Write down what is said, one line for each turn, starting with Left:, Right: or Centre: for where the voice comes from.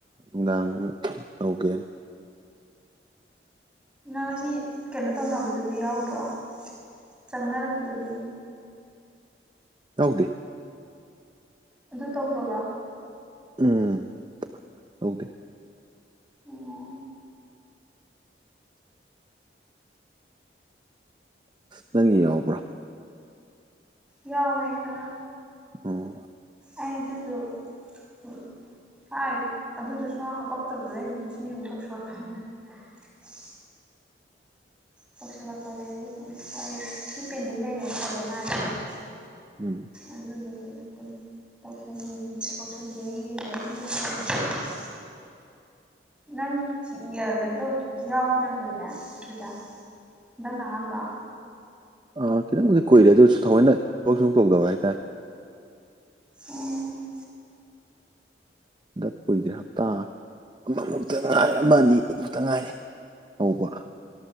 Right: ꯅꯨꯡꯗꯥꯡ ꯑꯃꯨꯛ ꯇꯧꯒꯦꯅ
Centre: ꯅꯪ ꯉꯁꯤ ꯀꯩꯅꯣ ꯇꯧꯅꯕꯗꯗꯤ ꯌꯥꯎꯗ꯭ꯔꯣ ꯆꯪꯅꯔꯛꯄꯗꯨꯗꯤ
Right: ꯇꯧꯗꯦ
Centre: ꯑꯗꯨ ꯇꯧꯗ꯭ꯔꯕ
Right: ꯎꯝ ꯇꯧꯗꯦ
Centre: ꯑꯣ
Right: ꯅꯪꯒꯤ ꯌꯥꯎꯕ꯭ꯔꯥ
Centre: ꯌꯥꯎꯋꯦ ꯈꯔ
Right: ꯑꯣ
Centre: ꯑꯩ ꯑꯗꯨꯗꯣ ꯎꯝ ꯍꯥꯏ ꯑꯗꯨꯗꯣ ꯁꯨꯡꯍꯥꯞ ꯍꯥꯄꯛꯇꯕꯗꯨꯗ ꯑꯩꯁꯨꯝ ꯁꯤ ꯑꯃꯨꯛ ꯇꯧꯁꯜꯂꯛꯄ ꯍꯥꯏꯇꯥꯏ <inaudible> ꯇꯧꯁꯜꯂꯛꯄꯅꯦ ꯑꯩꯖꯨ ꯁꯨꯝ ꯁꯤ ꯄꯦꯟꯗꯤꯡ ꯂꯩꯌꯦ ꯈꯣꯠꯂꯦꯅ ꯍꯥꯏꯕꯗꯨꯗ
Right: ꯎꯝ
Centre: ꯑꯗꯨꯗꯨꯒꯤ ꯑꯗꯨꯝ ꯇꯧꯁꯟꯂꯤꯅꯤ ꯇꯧꯁꯟꯒꯦ ꯌꯦꯡꯒꯦꯅ ꯁꯨꯝ ꯇꯧꯁꯜꯂꯛꯄꯅꯤ ꯅꯪ ꯀꯩꯅꯣ ꯇꯧ ꯌꯥꯎꯕ ꯀꯌꯥꯝ ꯀꯨꯏꯔꯒꯦ ꯁꯤꯗ ꯍꯟꯗꯛꯅ ꯑꯍꯥꯟꯕ꯭ꯔꯣ
Right: ꯑ ꯈꯤꯇꯪꯕꯨꯗꯤ ꯀꯨꯏꯔꯦ ꯑꯗꯨꯁꯨ ꯊꯑꯣꯏꯅ ꯊꯕꯛ ꯁꯨꯡ ꯇꯧꯗꯕ ꯍꯥꯏꯇꯥꯔꯦ
Centre: ꯎꯝ
Right: ꯍꯟꯗꯛ ꯀꯨꯏꯗ꯭ꯔꯤ ꯍꯞꯇꯥ ꯑꯃꯃꯨꯛꯇ ꯉꯥꯏꯔꯤ ꯑꯃ ꯑꯅꯤꯃꯨꯛꯇ ꯉꯥꯏꯔꯤ ꯑꯧꯕ